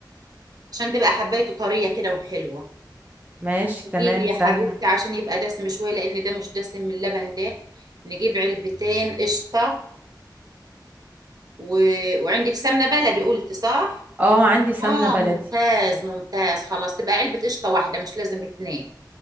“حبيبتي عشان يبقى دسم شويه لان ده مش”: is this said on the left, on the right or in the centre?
Right